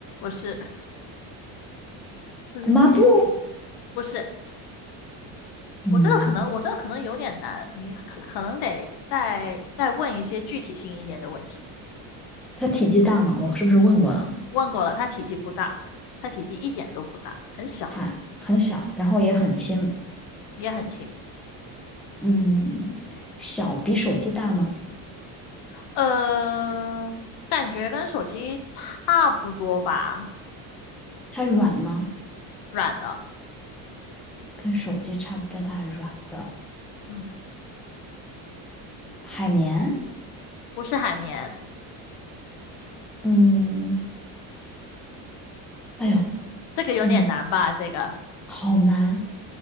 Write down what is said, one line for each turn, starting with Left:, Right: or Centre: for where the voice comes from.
Left: 不是 <laughs> 不是洗洁精，
Centre: 抹布，
Left: 不是。
Centre: 嗯，
Left: 我这个可能，我这个可能有点难，你可可能得再再问一些具体性一点的问题。
Centre: 它体积大吗？我是不是问过了？
Left: 问过了，它体积不大，它体积一点都不大，很小，
Centre: 它很小，然后也很轻，
Left: 嗯，也很轻。
Centre: 嗯，小比手机大吗？
Left: 呃，我感觉跟手机差不多吧，
Centre: 它软吗？
Left: 软的，
Centre: 跟手机差不多大，软的
Left: 嗯，
Centre: 海绵，
Left: 不是海绵，
Centre: 嗯，哎呦。
Left: 这个有点难吧？
Centre: 天呐！
Left: 这个
Centre: 好难，